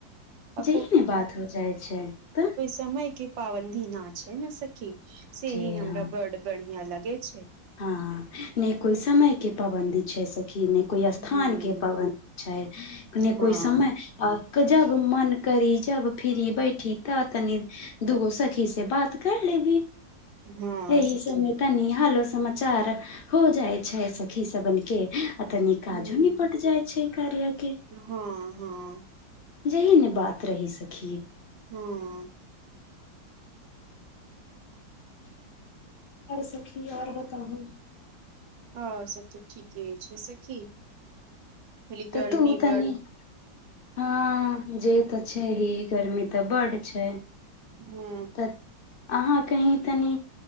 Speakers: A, on the right; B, on the left.
A: आ
B: जेहन बात भऽ जाइ छै तऽ
A: समयक पाबन्दी नहि छै ने, सखी। सेहे
B: जे
A: हमरा
B: हँ
A: बड़ बढ़िया लागै छै।
B: हँ नई कोइ समय के पाबन्दी छै सखी नई कोइ स्थान
A: ह
B: के पाबनि छै नई
A: हँ
B: कोइ समय आ जब मन करी जब फिरी बैठी तऽ तनी दूगो सखी से बात कर लेबी
A: हँ
B: एहि
A: सखी
B: सम तनि हालो समाचार भऽ जाइ छै सखी सभके, आ तनि काजो
A: ह
B: निपट जाइ छै कार्य के
A: हँ हँ
B: जेहन बात रहि, सखी।
A: हँ
B: और सखी और बताउ
A: और सब तऽ ठीके छै सखी खाली
B: तु
A: गर्मी
B: तनी
A: बड
B: हँ जे तऽ छै हे गर्मी तऽ बड छै
A: हू
B: तऽ अहाँ कहू, तनी